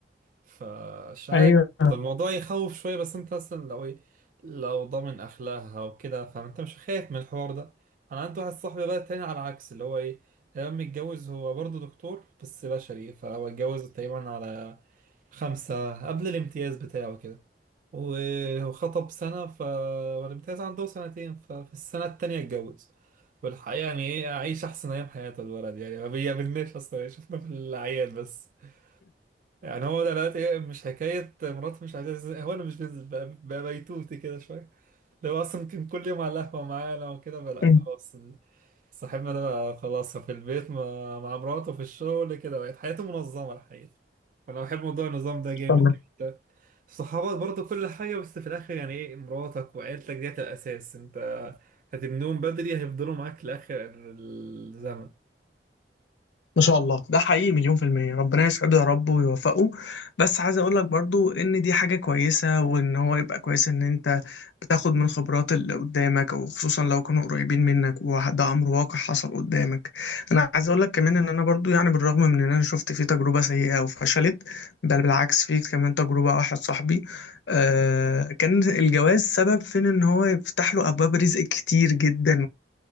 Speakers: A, on the right; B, on the left.
A: فمش عارف
B: ايوه
A: ده الموضوع يخوف شوية بس انت مثلا لو ايه لو ضامن اخلاقها وكده فانت مش خايف من الحوار ده انا عندي واحد صاحبي بقى تاني على العكس اللي هو ايه لما متجوز هو برضه دكتور بس بشري فهو اتجوز تقريبا على خمسة قبل الامتياز بتاعه كده وخطب سنة ف والامتياز عنده سنتين ففي السنة التانية اتجوز والحقيقة يعني ايه عايش أحسن أيام حياته الولد يعني ما بيقابلناش أصلا يعني، شفنا في الأعياد بس يعني هو ده دلوقتي إيه، مش حكاية مراته مش عايزة تنزل هو أنا مش بنزل بقى, بقى بيتوتي كده شوية لو أصلا كان كل يوم على القهوة معانا وكده بقى لأ
B: <laughs>
A: خلاص صاحبنا ده بقى خلاص في البيت مع, مع مراته في الشغل كده بقت حياته منظمة الحقيقة فأنا بحب موضوع النظام ده جامد
B: طب
A: أنت صحابك برضه كل حاجة بس في الآخر يعني إيه مراتك وعيلتك ديت الأساس أنت هتبنيهم بدري هيفضلوا معاك لآخر الزمن
B: ما شاء الله ده حقيقي مليون في المية ربنا يسعده يا رب ويوفقه بس عايز اقولك برضو ان دي حاجة كويسة وان هو يبقى كويس ان انت بتاخد من خبرات اللي قدامك او خصوصا لو كانوا قريبين منك وده امر واقع حصل قدامك انا عايز اقولك كمان ان انا برضو يعني بالرغم من ان انا شفت فيه تجربة سيئة وفشلت بل بالعكس فيه كمان تجربة واحد صاحبي آه كان الجواز سبب في ان هو يفتح له ابواب رزق كتير جدا